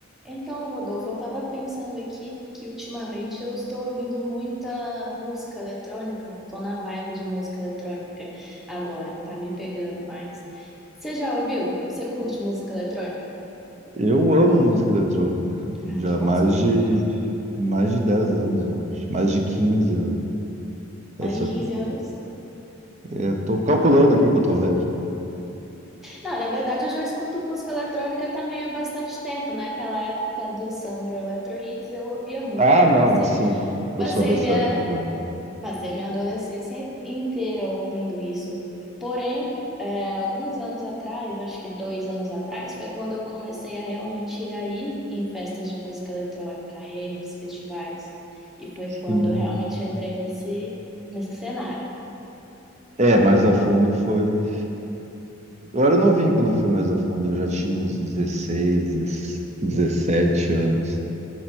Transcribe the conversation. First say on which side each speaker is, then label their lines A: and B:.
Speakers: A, in the centre; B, on the right.
A: Então, Rodolfo, eu estava pensando aqui que ultimamente eu estou ouvindo muita música eletrônica, Estou na vibe de música eletrônica agora, tá me pegando mais. Você já ouviu? Você curte música eletrônica?
B: Eu amo música eletrônica,
A: Ah,
B: já
A: que bom
B: há mais
A: saber.
B: de, mais de 10 anos, eu acho. Mais de 15 anos.
A: Mais
B: É, se
A: de
B: eu,
A: 15 anos?
B: é, é, tô calculando aqui que eu tô velho.
A: Não, na verdade eu já escuto música eletrônica também há bastante tempo. Naquela época do Summer Electro Hits eu ouvia muito,
B: Ah, não,
A: passei,
B: sim, eu
A: passei
B: sou dessa
A: minha
B: época também.
A: Passei minha adolescência inteira ouvindo isso. Porém, é, alguns anos atrás, acho que dois anos atrás, foi quando eu comecei a realmente ir aí em festas de música eletrônica, raves, festivais. E foi
B: Sim.
A: quando eu realmente entrei nesse, nesse cenário.
B: É, mais a fundo foi. Eu era novinho quando eu fui mais a fundo, eu já tinha uns 16, 17 anos.